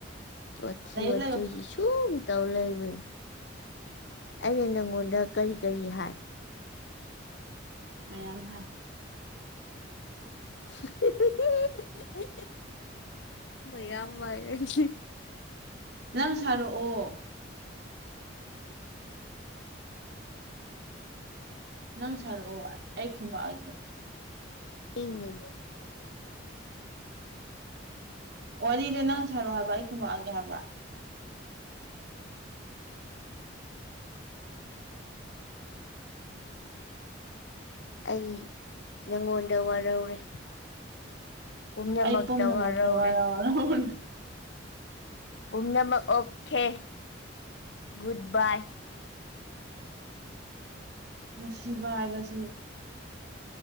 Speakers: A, on the left; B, on the right.
A: ꯋꯥꯊꯤ
B: ꯂꯩꯌꯨ
A: ꯋꯥ
B: ꯂꯩꯌꯨ
A: ꯆꯣꯏꯁꯤ ꯁꯨꯝ ꯇꯧ ꯂꯩꯕꯅꯤ ꯑꯩꯅ ꯅꯪꯉꯣꯟꯗ ꯀꯔꯤ ꯀꯔꯤ ꯍꯥꯏ
B: ꯃꯌꯥꯝ ꯍꯥꯏ
A: <unintelligible> ꯍꯤꯍꯤ ꯍꯤ ꯃꯌꯥꯝ ꯃꯏꯍꯥꯏꯖꯦ
B: ꯅꯪ ꯁꯔꯛꯑꯣ ꯅꯪ ꯁꯥꯔꯛꯑꯣ ꯑꯩ ꯈꯨꯝꯃꯛꯑꯒꯦ
A: ꯏ ꯅꯥ ꯅꯥ
B: ꯋꯥꯔꯤꯗꯣ ꯅꯪ ꯁꯔꯛꯑꯣ ꯍꯥꯏꯕ ꯑꯩ ꯈꯨꯝꯃꯛꯑꯒꯦ ꯍꯥꯏꯕ
A: ꯑꯩ ꯅꯪꯉꯣꯟꯗ ꯋꯔꯧꯔꯦ ꯄꯨꯝꯅꯃꯛꯇ
B: ꯑꯩ
A: ꯋꯔꯧꯔꯦ
B: ꯋꯥꯔꯥꯎ ꯋꯥꯔꯧꯅ
A: ꯄꯨꯝꯅꯃꯛ ꯑꯣꯀꯦ ꯒꯨꯠ ꯕꯏ
B: ꯅꯨꯡꯁꯤꯕ ꯍꯥꯏꯕꯁꯤ